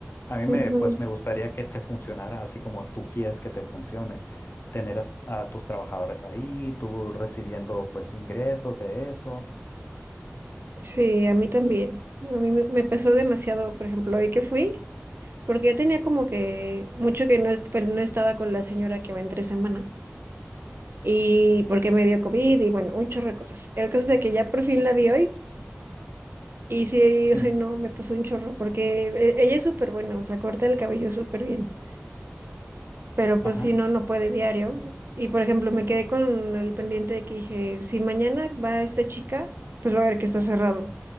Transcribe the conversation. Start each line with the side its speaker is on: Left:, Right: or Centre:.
Left: A mí
Right: ujú,
Left: me, pues me gustaría que te funcionara así como tú quieres que te funcione. Tener as- a, tus trabajadores ahí, tú recibiendo pues ingresos de eso.
Right: Sí, a mí también. A mí me me pesó demasiado, por ejemplo, hoy que fui, porque yo tenía como que mucho que no, est- pues, no estaba con la señora que va entre semana y porque me dio COVID y bueno, un chorro de cosas. El caso es de que ya por fin la vi hoy y sí,
Left: Sí,
Right: ay no, me pasó un chorro porque e- ella es súper buena, o sea, corta el cabello súper bien. pero pues
Left: ajá.
Right: si no, no puede diario. Y por ejemplo, me quedé con el pendiente de que dije, si mañana va esta chica, pues va a ver que está cerrado.